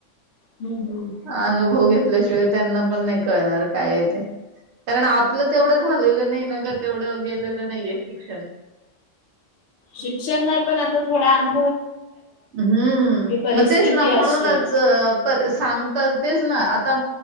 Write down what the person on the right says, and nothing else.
हा अनुभव घ ल्याशिवाय त्यांना पण नाही कळणार काय ते. कारण आपलं तेवढं झालेलं नाही न ग, तेवढं गेलेलं नाहीय शिक्षण.
हम्म
मग तेच ना, म्हणूनच
पर सांगताल. तेच ना, आता